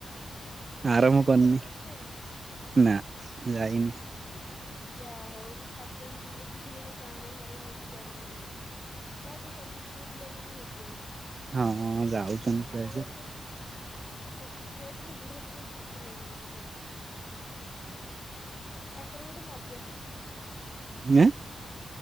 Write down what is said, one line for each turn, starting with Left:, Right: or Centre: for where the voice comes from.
Left: ଆପଣ
Right: ଆରମ୍ଭ
Left: ପାଣି
Right: କରିନି
Left: ଭାର ନେଇକି ଯାଆନ୍ତିନି?
Right: ନା ଯାଇନି।
Left: ଯାହା ହଉ ମୁଁ ଫାଷ୍ଟ ଟାଇମ୍ ଶୁଣିଲି କି ଜଣେ ପାଣି ଭାର ନେଇକି ଯାଉନାହାନ୍ତି। ପ୍ରାୟ ତ ସବୁ ପୁଅ ପିଲା ମାନେ ନେଇକି ଯାଆନ୍ତି।
Right: ହଁ, ଯାଉଛନ୍ତି
Left: ଆମ
Right: ପ୍ରାୟତ।
Left: ଘରେ ତ ସମସ୍ତେ ଛୁଆ ଠାରୁ ବୁଢା ବୁଢୀ ପଯ୍ୟନ୍ତ ସବୁ ନେଇକି ଯିବେ ପାଣି। ତାଙ୍କର ଗୋଟେ ମଜା ସେଟା।
Right: ଇଆଁ।